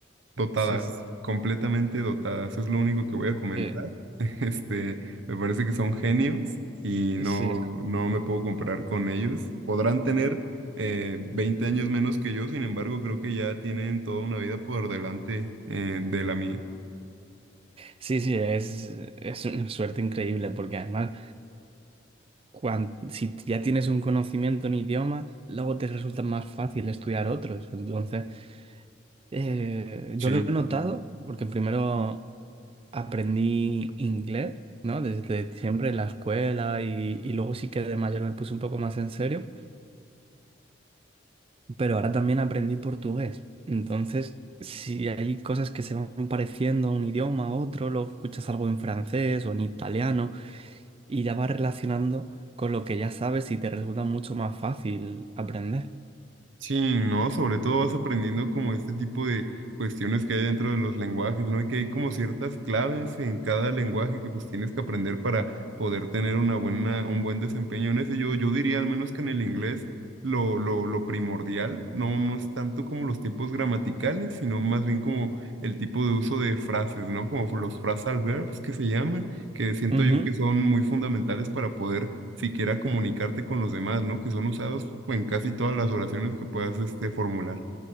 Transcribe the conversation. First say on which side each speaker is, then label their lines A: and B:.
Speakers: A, on the right; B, on the right.
A: Dotadas,
B: Sí, sí, sí.
A: completamente dotadas. Es lo único que voy a comentar.
B: Sí,
A: <laughs> Este, me parece que son genios y no,
B: sí.
A: no me puedo comparar con ellos. Podrán tener eh, 20 años menos que yo, sin embargo, creo que ya tienen toda una vida por delante eh, de la mía.
B: Sí, sí, es, es una suerte increíble porque además cuan- si ya tienes un conocimiento en idioma, luego te resulta más fácil estudiar otros. Entonces, eh,
A: Sí.
B: yo lo he notado porque primero aprendí inglés, ¿no? Desde siempre en la escuela y, y luego sí que de mayor me puse un poco más en serio, pero ahora también aprendí portugués. Entonces, si hay cosas que se van pareciendo a un idioma a otro, lo escuchas algo en francés o en italiano. y ya vas relacionando con lo que ya sabes y te resulta mucho más fácil aprender.
A: Sí, ¿no? Sobre todo vas aprendiendo como este tipo de cuestiones que hay dentro de los lenguajes, ¿no? Y que hay como ciertas claves en cada lenguaje que pues tienes que aprender para poder tener una buena, un buen desempeño en ese. Yo, yo diría al menos que en el inglés lo, lo, lo primordial no, no es tanto como los tiempos gramaticales, sino más bien como el tipo de uso de frases, ¿no? Como los phrasal verbs que se llaman que siento
B: Ujú.
A: yo que son muy fundamentales para poder siquiera comunicarte con los demás, ¿no? Que son usados pues, en casi todas las oraciones que puedas este, formular.